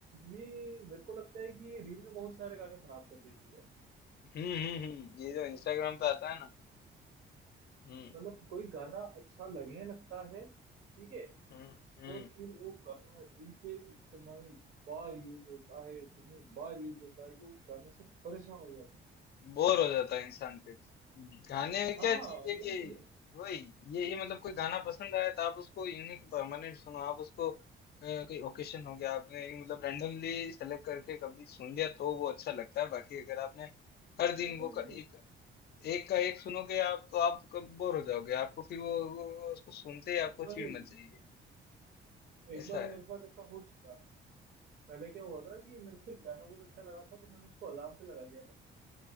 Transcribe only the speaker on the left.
हम्म हम्म हम्म ये जो इंस्टाग्राम पे आता है ना हम्म
हम्म हम्म
बोर हो जाता है इंसान फिर गाने में
क्या चीज है
कि
वही यही मतलब कोई गाना पसंद आया तो आप उसको यूनिक परमानेंट सुनो आप उसको अ, कोई ओकेशन हो गया आपने मतलब रैंडमली सेलेक्ट करके कभी सुन लिया तो वो अच्छा लगता है बाकी अगर आपने हर
दिन वो का एक एक का एक सुनोगे आप तो आप कब बोर हो जाओगे आपको फिर वो, वो उसको सुनते ही आपको
चिढ़ मच जाएगी ऐसा
है